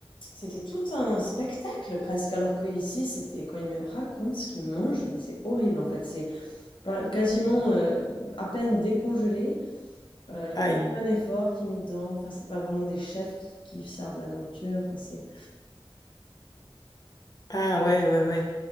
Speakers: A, on the left (about 65°); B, on the left (about 45°).
A: c'était tout un spectacle presque. Alors que ici, c'était quand il me raconte ce qu'il mange, mais c'est horrible en fait. C'est pas- quasiment euh, à peine décongelé. Euh, Il y a
B: Aïe.
A: aucun effort qui est mis dedans. Enfin, c'est pas vraiment des chefs qui, qui servent la nourriture. Enfin, c'est,
B: Ah ouais, ouais, ouais.